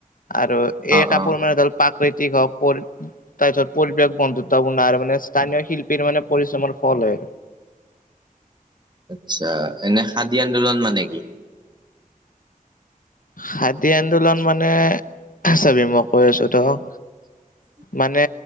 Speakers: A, on the left; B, on the right.
A: আৰু এই
B: অ',
A: কাপোৰ
B: অ',
A: মানে ধৰ প্ৰাকৃতিক হওঁক, পৰ তাৰপিছত পৰিব্যক বন্ধুত্বপূৰ্ণ আৰু মানে স্থানীয় শিল্পীৰ মানে পৰিশ্ৰমৰ ফল হয় আৰু।
B: আচ্চা। এনে খাদী আন্দোলন মানে কি?
A: খাদী আন্দোলন মানে, চাবি মই কৈ আছোঁ ত'ক
B: <unintelligible>
A: মানে